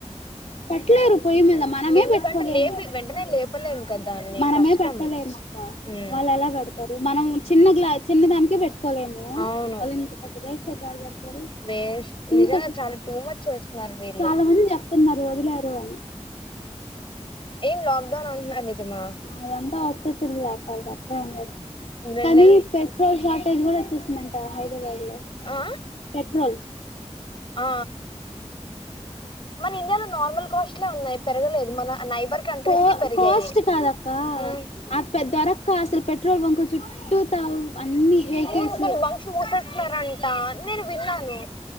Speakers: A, on the left (about 75°); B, on the left (about 45°).
A: పెట్టలేరు పొయ్యి మీద మనమే
B: ఎందుకంటే
A: పెట్టుకోలేము
B: లేపి
A: మనం
B: వెంటనే లేపలేము కదా దాన్ని
A: మనమే
B: కష్టం
A: పెట్టలేము అక్కా
B: ఉమ్
A: వాళ్ళు ఎలా పెడుతారు మనం చిన్న గ్లా చిన్న దానికే పెటుకోలేము ము
B: అవును
A: వాళ్ళు ఇంత డేక్షా తో ఏడబెడతారు
B: వేస్ట్ నిజంగా
A: ఇంత
B: చాలా టూ మచ్ చేస్తున్నారు వీళ్ళు
A: చాలా మంది చెప్తున్నారు వదిలారు అని
B: ఏం లాక్ డౌన్ అంటున్నారు నిజమా
A: అదంతా ఊత్తిఉత్తే లే అక్క ఆది పెట్టారు ఏం లేదు
B: రెండు
A: కానీ
B: నెల్స్
A: పెట్రోల్ షార్టేజ్ కూడా వచ్చేస్తుందంట హైదరాబాద్ లో
B: ఆ
A: పెట్రోల్
B: ఆ మన ఇండియాలో నార్మల్ కాస్ట్లే ఉన్నాయి పెరగలేదు మన నైబర్ కంట్రీస్
A: కో
B: కి పెరిగాయి
A: కాస్ట్ కాదు అక్క ఆ
B: ఉమ్
A: ఆపే ద్వరక్క అసల పెట్రోల్ బంక్ చుట్టూ త అన్ని వెహికల్స్
B: అవును కొన్ని బంక్స్ మూసేస్తున్నారంట నేను విన్నాను